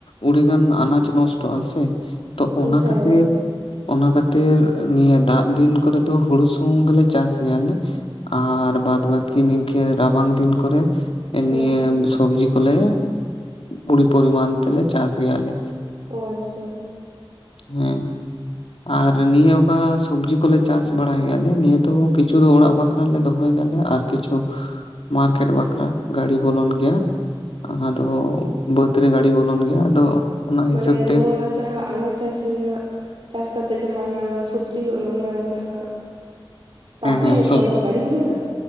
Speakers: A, on the left (about 90°); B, on the right (about 65°).
A: ᱩᱹᱰᱤᱜᱟᱱ ᱟᱱᱟᱡ ᱱᱚᱥᱴᱚᱜᱼᱟ ᱥᱮ, ᱛᱚ ᱚᱱᱟ
B: ᱦᱮᱸ
A: ᱠᱷᱟᱹᱛᱤᱨ ᱼᱼ ᱚᱱᱟ ᱠᱷᱟᱹᱛᱤᱨ, ᱱᱤᱭᱟᱹ ᱫᱟᱜ ᱫᱤᱱ ᱠᱚᱨᱮ ᱫᱚ ᱦᱩᱲᱩ ᱥᱩᱢᱩᱝ ᱜᱮᱞᱮ ᱪᱟᱥ ᱜᱮᱭᱟᱞᱮ ᱾ ᱟᱨ ᱵᱟᱫ ᱵᱟᱠᱤ ᱱᱤᱠᱟᱹ ᱨᱟᱵᱟᱝ ᱫᱤᱱ ᱠᱚᱨᱮ
B: ᱦᱮᱸ
A: ᱱᱤᱭᱟᱹ ᱥᱚᱵᱡᱤ ᱠᱚᱞᱮ ᱩᱰᱤ ᱯᱚᱨᱤᱢᱟᱱ ᱛᱮᱞᱮ ᱪᱟᱥ ᱜᱮᱭᱟᱞᱮ᱾
B: ᱚ ᱟᱪᱪᱷᱟ᱾
A: ᱦᱮᱸ ᱾ ᱟᱨ ᱱᱤᱭᱟᱹ ᱚᱠᱟ ᱥᱚᱵᱡᱤ ᱠᱚᱞᱮ ᱪᱟᱥ ᱵᱟᱲᱟᱭ ᱜᱮᱭᱟᱞᱮ ᱱᱤᱭᱟᱹ ᱫᱚ ᱠᱤᱪᱷᱩ ᱫᱚ ᱚᱲᱟᱜ ᱵᱟ ᱼᱠᱷᱨᱟ ᱞᱮ ᱫᱚᱦᱚᱭ ᱜᱮᱭᱟᱞᱮ, ᱟᱨ ᱠᱤᱪᱷᱩ ᱢᱟᱨᱠᱮᱴ ᱵᱟᱠᱷᱨᱟ ᱜᱟᱹᱰᱤ ᱵᱚᱞᱚᱱ ᱜᱮᱭᱟ ᱾ ᱟᱫᱚ ᱵᱟᱹᱛ ᱨᱮ ᱜᱟᱹᱰᱤ ᱵᱚᱞᱚᱱ ᱜᱮᱭᱟ ᱟᱫᱚ ᱚᱱᱟ ᱦᱤᱥᱟᱹᱵ
B: ᱢᱟᱱᱮ
A: ᱛᱮ
B: ᱱᱚᱣᱟ ᱡᱟᱦᱟᱸ ᱟᱱᱟᱡ ᱪᱟᱥ ᱨᱮᱱᱟᱜ ᱪᱟᱥ ᱠᱟᱛᱮᱜ ᱡᱟᱦᱟᱸ ᱚᱱᱟ ᱥᱚᱵᱡᱤ ᱠᱚ ᱚᱱᱟ ᱡᱟᱦᱟᱸ ᱯᱟᱠᱷᱨᱤᱧ
A: ᱦᱮᱸ ᱦᱮᱸ ᱥᱚᱵ
B: ᱟᱯᱮ ᱚᱱᱟ ᱜᱟᱹᱰᱤ ᱵᱚᱞᱚᱱᱟ?